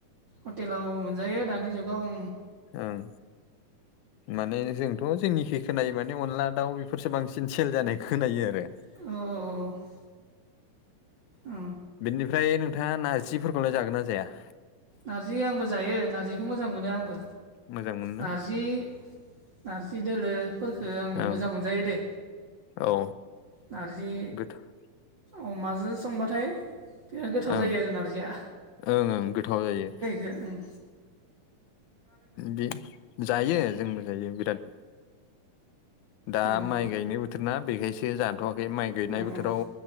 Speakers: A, on the right; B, on the left.
A: हटेलाव मोनजायो दानि जुगाव
B: ओं माने जोंथ' जोंनिखै खोनायो माने अनला दाउ बेफोरसो बांसिन सेल जानाय खोनायो आरो
A: औ औ औ औ
B: बिनिफ्राय नोंथाङा नारजिफोरखौलाय जागोन ना जाया?
A: नारजि आंबो जायो नारजिखौ मोजां मोनो आंबो
B: मोजां मोनो
A: नारजि नारजि दोलो फोरखो आं
B: ओं
A: मोजां मोनजायो दे
B: औ
A: नारजि
B: गोथाव
A: अमाजों संबाथाय बिराद गोथाव
B: ओं
A: जायो आरो नारजिया
B: ओं ओं गोथाव जायो
A: दे ओं
B: बि जायो जोंबो जायो बिराद दा
A: उम
B: माइ गायनाय बोथोर ना बेखायसो जा थ'वाखै माइ गायनाय
A: उम
B: बोथोराव
A: उम